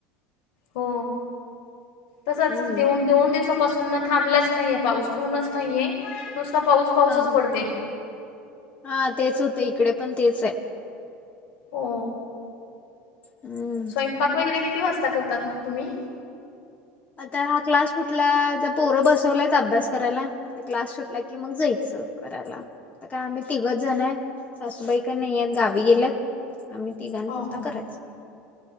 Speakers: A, on the left; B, on the left.
A: हो तसाच
B: हम्म.
A: देऊन देऊन दिवसापासून ना थांबलाच नाहीये पाऊस ऊनच नाहीये नुसता पाऊस पाऊसच
B: हा हा
A: पडते.
B: हा तेच होतंयं इकडे पण तेच ये.
A: ओ
B: हम्म.
A: स्वयंपाक वगैरे किती वाजता करतात मग तुम्ही
B: आता हा क्लास सुटला त पोरं बसवल्यात अभ्यास करायला. आता क्लास सुटला की मग जयचं करायला. आता काय आम्ही तिघच जण ये, सासूबाई काय नाईयेत गावी गेल्यात आम्ही तिघांनी
A: हा
B: पुरता
A: हा
B: करायचा.